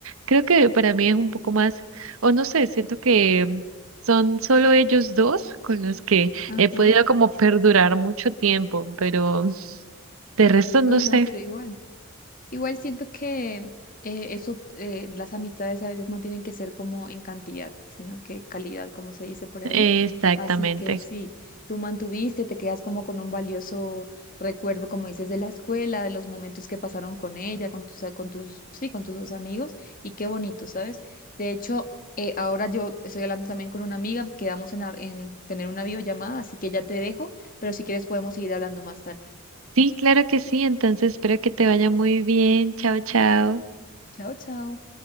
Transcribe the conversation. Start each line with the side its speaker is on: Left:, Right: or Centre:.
Right: creo que para mí es un poco más, o no sé, siento que mm, son solo ellos dos con los que
Left: Ajá.
Right: he podido como perdurar mucho tiempo, pero de resto no
Left: Uy,
Right: sé.
Left: no, pero igual. Igual siento que eh, eso, eh, las amistades a veces no tienen que ser como en cantidad, sino que calidad, como se dice por
Right: Exactamente.
Left: ahí. Así que sí, tú mantuviste, te quedas como con un valioso recuerdo, como dices, de la escuela, de los momentos que pasaron con ella, con tus, con tus, sí, con tus dos amigos, y qué bonito, ¿sabes? De hecho, eh, ahora yo estoy hablando también con una amiga, quedamos en, hab- en tener una videollamada, así que ya te dejo, pero si quieres podemos seguir hablando más tarde.
Right: Sí, claro que sí. Entonces espero que te vaya muy bien. Chao, chao.
Left: Chao, chao.